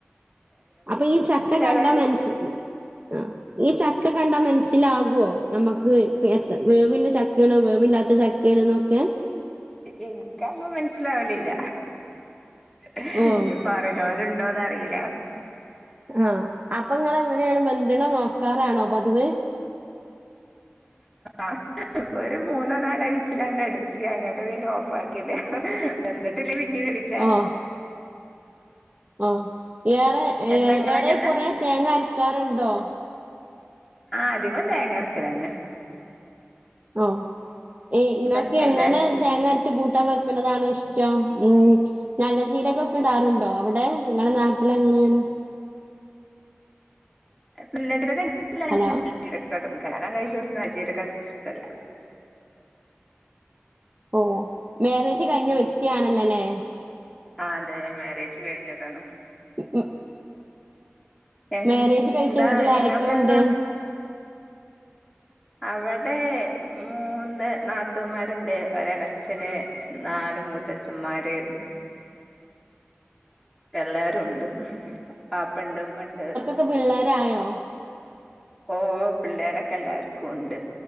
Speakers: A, on the right; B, in the centre.
A: അപ്പൊ ഈ ചക്ക കണ്ട
B: ഏതായാലും
A: മനസ് ആഹ്‌ ഈ ചക്ക കണ്ടാ മനസ്സിലാകുവോ നമ്മക്ക് ഏഹ് വേവ് ഇല ചക്ക ക്കാണോ വേവില്ലാത്ത ചക്കാനുനൊക്കെ
B: എനിക്കന്നും മനസ്സിലാവലില്ല ആഹ്
A: ഓഹ്
B: ഇനി പറയണവരുണ്ടോന്ന്റിയില്ല
A: ആഹ്‌ അപ്പൊ ഇങ്ങൾ എങ്ങനെയാണ് വെന്തുനോ നോക്കാറാണോ പതിവേ
B: ആഹ്‌ ഒരു മൂന്നോ നാലോ വിസിലട് അടിച്ച് അങ്ങോട്ട പിന ഓഫ് ആക്കില്ലേ വന്ദിട്ടിലാക്കി പിന്നെ വേവിച്ച
A: ആഹ് ആഹ് യരെ
B: എന്താ
A: ഏഹ്‌
B: ഇങ്ങളെങ്ങ
A: ഏറെ കുറെേ തേങ്ങ അരക്കാറുണ്ടോ
B: ആഹ്‌ അധികം തേങ്ങറക്കലന്നെ
A: ഓഹ്‌ നിങ്ങൾക്
B: ചക്കല്ലേ
A: എങ്ങനെ തേങ്ങ കൂട്ടാൻ വെക്കുന്നതാണോ ഇഷ്ടം ഉം നല്ല ചീരകൊക്കെ ഇടാറുണ്ടോ അവിടെ നിങ്ങളെ നാട്ടിൽ എങ്ങനെയാണ്
B: നല്ലജീരാഗം
A: ഹലോ
B: ഒക്കെ ഇടും കല്യാണം കഴിച്ചോട്ത് നല്ലജീരാഗം അത്ര ഇഷ്ട്ടല്ല
A: ഓഹ് മേരജ് കഴിഞ്ഞ വ്യക്തിയാണല്ലോല്ലേ
B: ആഹ്‌ അതെ മാരേജ് കഴിഞ്ഞതാണ്
A: ഉം
B: എന്താ
A: മാരേജ് കഴിച്ച വീട്ടിൽ
B: നിങ്ങൾക്കെന്താ
A: ആരൊക്കെയ ഉണ്ട്
B: അവിടെ മൂന്ന് നാത്തൂമാരുണ്ട് ഒരാള അച്ഛന് നാല് മൂത്തച്ഛന്മാര്
A: <unintelligible>
B: എല്ലാരും ഉണ്ട് പാപ്പണ്ട് ഉമ്മണ്ട്
A: ഒക്കെ പിള്ളേരായോ
B: ഓഹ്‌ പിള്ളേരൊക്കെ എല്ലാവർക്കും ഉണ്ട്